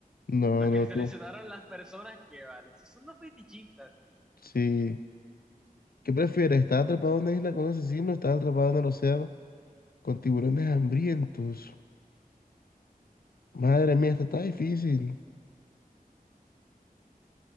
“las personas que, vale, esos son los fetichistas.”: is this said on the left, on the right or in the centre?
Centre